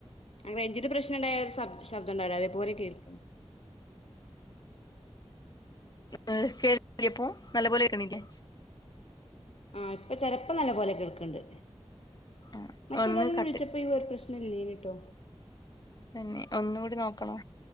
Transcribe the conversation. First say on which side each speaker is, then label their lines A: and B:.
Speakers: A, on the left; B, on the left.
A: റേഞ്ചിന്റെ പ്രശ്നം ഉണ്ടായ ഒരു ശബ്ദം ഉണ്ടാവില്ലോ അതേപോലെ കേൾക്കും
B: കേൾക്കില്ലേപ്പോ നല്ല പോലെ കേക്ക്‌ ണില്ലേ
A: ആഹ് ഇപ്പൊ ചെലപ്പോ നല്ല പോലെ കേൾക്ക്‌ണ് ണ്ട്
B: ആ
A: മറ്റുള്ളവര്
B: ഒന്ന് കട്ട്
A: വിളിച്ചപ്പോ അപ്പ ഈ ഒരു പ്രശ്നമില്ലേനിട്ടോ
B: തന്നെ ഒന്ന് കൂടി നോക്കണോ